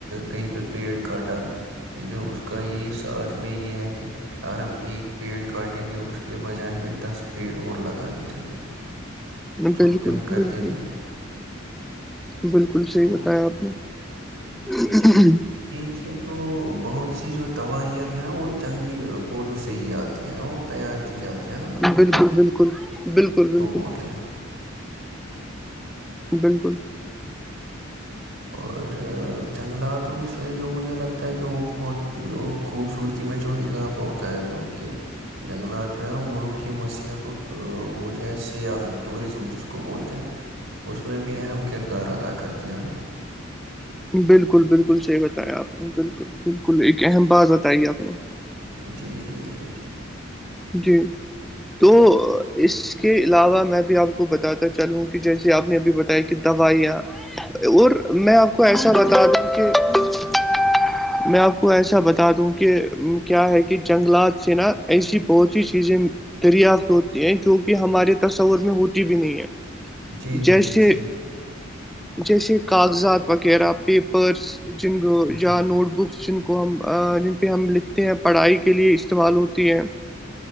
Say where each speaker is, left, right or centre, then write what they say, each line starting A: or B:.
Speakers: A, on the right; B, in the centre.
A: کہیں پہ پیڑ کاٹا بھی لیکن اس کا یہ ساتھ میں یہ ہے کہ <unintelligible> اگر ہم ایک پیڑ کاٹیں گے اس کے بجائے ہمیں دس پیڑ اور لگانے چاہیے جو
B: بالکل
A: کہ ہم کرتے
B: بالکل
A: نہیں
B: <unintelligible>
A: ہیں
B: بالکل صحیح
A: تو
B: بتایا آپ نے <unintelligible>
A: دیکے تو بہت سی جو دوائںب ہے نا وہ جنگلی پودوں سے ہی آتی ہے وہ تیار کی جاتی <unintelligible> شپینہ <unintelligible>
B: بالکل بالکل بالکل بالکل
A: بولتے ہیں
B: بالکل
A: اور جنگلاتوں سے جو مجھے لگتا ہے کہ وہ بہت جو خوبصورتی میں جو اضافہ ہوتا ہے جو کہ جنگلات جو ہے وہ ملوک کی مسیحتوں وہ جو ہے سیاحت ٹورزم جس کو بولتے ہیں اس میں بھی اہم کردار ادا کرتے ہیں ہے نا
B: بالکل بالکل صحیح بتایا آپ نے بالکل بالکل ایک اہم بات بتائی آپ نے
A: جی جی جی جی
B: جی تو اس <unintelligible> اس کے علاوہ میں بھی آپ کو بتاتا چلوں کہ جیسے آپ نے ابھی بتایا کہ دوائیاں اور میں آپ کو ایسا بتا دوں کہ میں آپ کو ایسا بتا دوں کہ کیا ہے کہ جنگلات سے نا ایسی بہت سی چیزیں دریافت ہوتی ہیں جوک ہمارے تصور میں ہوتی بھی نہیں ہے
A: جی جی
B: جیسے
A: جی صحیح
B: جیسے کاغذات وغیرہ پیپرس جن کو
A: جی
B: یا نوٹ بکس جن کو ہم جن پہ ہم لکھتے ہیں پڑھائی کے لیے استعمال ہوتی ہے